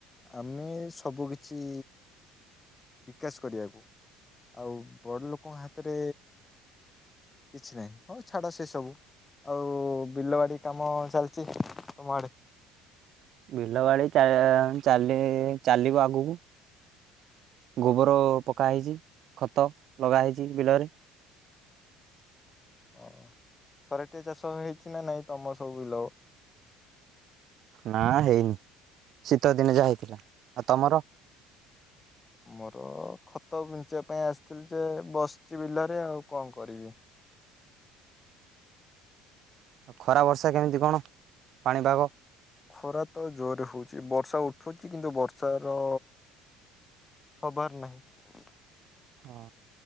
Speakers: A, on the left; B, on the right.
A: ଆମେ ସବୁ କିଛି ବିକାଶ କରିବାକୁ। ଆଉ ବଡ ଲୋକଙ୍କ ହାତରେ କିଛି ନାହିଁ। ହଉ ଛାଡ ସେ ସବୁ। ଆଉ ବିଲ ବାଡି କାମ ଚାଲିଚି, ତମ ଆଡେ?
B: ବିଲବାଡ଼ି ଚା ଚାଲି ଚାଲିବ ଆଗକୁ। ଗୋବର ପକାହେଇଚି। ଖତ ଲଗାହେଇଚି ବିଲରେ।
A: ଓ, ଖରାଟିଆ ଚାଷ ହେଇଛି ନା ନାଇଁ? ତମ ସବୁ ବିଲ
B: ନା ହେଇନି। ଶୀତଦିନେ ଯାହା ହେଇଥିଲା। ଆଉ ତମର?
A: ଆମର ଖତ ବିଞ୍ଚିବା ପାଇଁ ଆସିଥିଲି ଯେ ବସିଚି ବିଲରେ, ଆଉ କଣ କରିବି?
B: ଆଉ ଖରା ବର୍ଷା କେମିତି, କଣ ପାଣିପାଗ?
A: ଖରା ତ ଜୋରରେ ହଉଚି। ବର୍ଷା ଉଠୁଚି କିନ୍ତୁ ବର୍ଷାର ହବାର ନାହିଁ।
B: ହଁ,